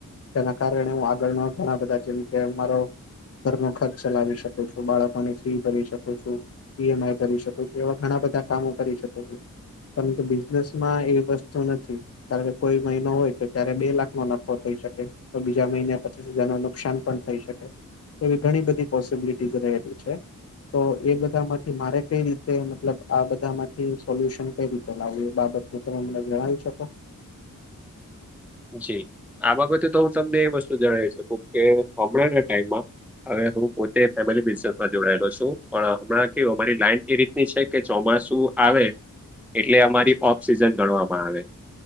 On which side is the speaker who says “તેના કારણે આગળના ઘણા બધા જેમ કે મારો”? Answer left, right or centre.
Left